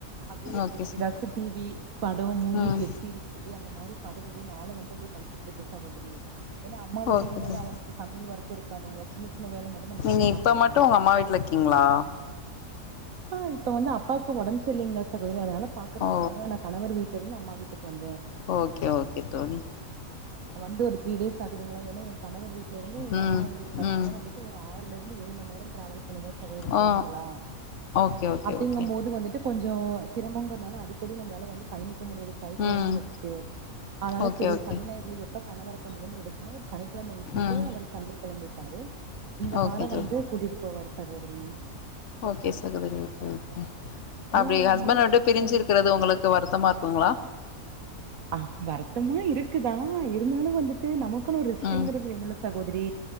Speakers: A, on the right (about 70°); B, on the left (about 60°).
A: அப்படியே அப்படியே
B: ஓகே ச
A: ஏதாச்சும் டிவி படம் மூவிஸ்
B: ம்
A: வெப் சீரிஸ் அப்படியே அந்த மாதிரி ப வந்து அப்படியே கழத்துிட்டு இருக்கு சகோதரி ஏன்னா அம்மா வீடுங்க
B: ஓகே
A: போது
B: ச
A: அதனு சமையல் வர பங்களா சின்ன சின்ன வேல மட்டு நம்ம
B: நீங்க
A: பண்ணுனா
B: இப்ப
A: போது
B: மட்டும் உங்க அம்மா வீட்டுல இருக்கீங்களா
A: ஆஹ் இப்ப வந்து அப்பா இப்ப உடம்பு இல்லைங்களா சகோதரி அதனால பாக்குறதுக்காக
B: ஓ
A: நான் கணவர் வீட்டு ச இருந்து அம்மா வீட்டுக்கு வந்தன்
B: ஓகே ஓகே தோழி
A: வந்து ஒரு த்ரீ டேஸ் ஆகுதுங்களா ஏன்னா என கணவர் வீட்டில இருந்து எங்க
B: ம்
A: அம்மா ஒரு பத்து
B: ம்
A: வந்துட்டு ஒரு ஆறுல இருந்து ஏழு மணி நேரம் டிராவல் பண்ணு சகோரி போனங்கள
B: ஆ ஓகே ஓகே
A: அப்படிங்கும்போது
B: ஓகே
A: வந்துட்டு கொஞ்சம் சிரமங்கனால அடி டி நம்மளால வந்து பயணிக்க முடியாது கை குழந்தைய
B: ம்
A: வச்சுட்டு அதனால
B: ஓகே
A: சரி
B: ஓகே
A: சனிநாய ப்ப கணவர கொண்டு வந்து விட சொன்ன சனிக்கிழமை விட்டுட்டு
B: ம்
A: அவர் சண்டை கிளம்பிட்டாரு இந்த
B: ஓகே
A: வாரம் வந்து
B: தோழி
A: கூட்டிட்டு போவாரு சகோதரி
B: ஓகே சகோதரி உம் அப்படி
A: நீங்க உங்க
B: ஹஸ்பண்ட்
A: அம்மா வீட்டுக்குல்லா
B: விட்டு பிரிஞ்சுிருக்கிறது
A: போவீங்
B: உங்களுக்கு வருத்தமா இருக்குங்களா
A: அ வருத்தமா இருக்குதா இருந்தாலும் வந்துட்டு நமக்கு மக்க ஒரு இஷ்டங்கிறது
B: ம்
A: என்னள சாகோதரி